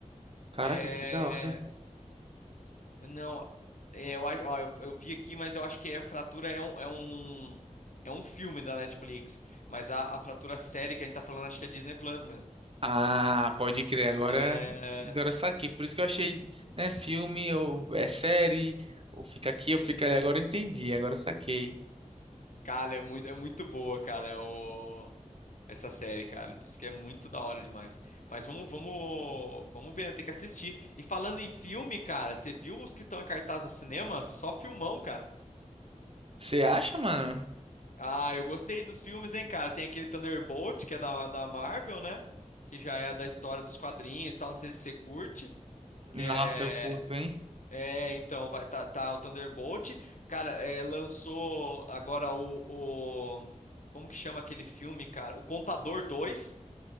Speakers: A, on the right; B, on the left.
A: caraca,
B: É,
A: que da hora.
B: não, é, eu, acho- ó, eu, eu vi aqui, mas eu acho que é Fratura é um, é um, é um filme da Netflix. Mas a, a Fratura série que a gente tá falando, acho que é Disney Plus mesmo.
A: Ah, pode crer, agora,
B: É.
A: agora está aqui. Por isso que eu achei, né, filme, ou é série, ou fica aqui, ou fica ali. Agora eu entendi, agora eu saquei.
B: Cara, é muito, é muito boa, cara, é o... essa série, cara. Diz que é muito da hora demais. Mas vamos, vamos, vamos ver, né? Tem que assistir. E falando em filme, cara, você viu os que estão em cartaz no cinema? Só filmão, cara.
A: Você acha, mano?
B: Ah, eu gostei dos filmes, hein, cara. Tem aquele Thunderbolt, que é da, da Marvel, né? Que já é da história dos quadrinhos e tal. Não sei se você curte. Que
A: Nossa,
B: é
A: eu curto, hein?
B: É, então, vai tá, tá o Thunderbolt. Cara, é, lançou agora o, o- Como que chama aquele filme, cara? O Contador dois.